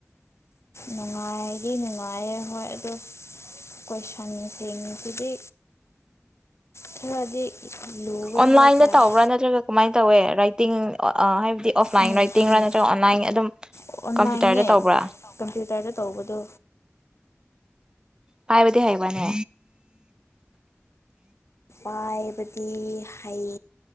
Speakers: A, on the left; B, on the right.
A: ꯅꯨꯡꯉꯥꯏꯗꯤ ꯅꯨꯡꯉꯥꯏꯌꯦ ꯍꯣꯏ ꯑꯗꯣ ꯀꯣꯏꯁꯟꯁꯤꯡꯁꯤꯗꯤ ꯈꯔꯗꯤ ꯂꯨꯋꯦ
B: ꯑꯣꯟꯂꯥꯏꯟꯗ
A: ꯍꯥꯏꯇꯥꯔꯦ
B: ꯇꯧꯕ꯭ꯔꯥ ꯅꯠꯇ꯭ꯔꯒ ꯀꯃꯥꯏꯅ ꯇꯧꯋꯦ ꯔꯥꯏꯇꯤꯡ ꯑ ꯍꯥꯏ ꯑꯣꯐꯂꯥꯏꯟ
A: ꯎꯝ
B: ꯔꯥꯏꯇꯤꯡꯔꯥ
A: ꯎꯝ
B: ꯅꯠꯇ꯭ꯔꯒ ꯑꯣꯟꯂꯥꯏꯟ ꯑꯗꯨꯝ
A: ꯑꯣꯟꯂꯥꯏꯟꯅꯦ
B: ꯀꯝꯄ꯭ꯌꯨꯇꯔꯗ ꯇꯧꯕ꯭ꯔꯥ
A: ꯀꯝꯄ꯭ꯌꯨꯇꯔꯗ ꯇꯧꯕꯗꯣ
B: ꯄꯥꯏꯕꯗꯤ ꯍꯩꯕꯅꯦ
A: ꯄꯥꯏꯕꯗꯤ ꯍꯩ